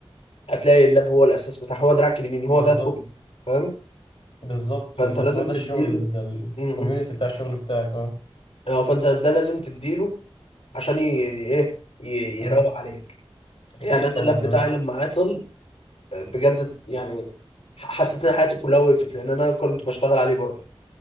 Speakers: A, on the left (about 85°); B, on the left (about 65°).
A: هتلاقي اللاب هو الأساس بتاعك هو دراعك اليمين هو
B: بالظبط
A: ده شغلك فاهم
B: بالظبط
A: فأنت
B: بالظبط
A: لازم
B: هو ده
A: تديله
B: الشغل ده الكوميونتي
A: امم
B: بتاع الشغل بتاعك اه
A: اه فأنت ده لازم تديله عشان ي... إيه ي-
B: امم
A: يروق عليك
B: اكيد
A: يعني انا
B: طبعا
A: اللاب بتاعي
B: اه
A: لما عطل بجد يعني ح- حسيت ان حياتي كلها وقفت لان انا كنت بشتغل عليه برضه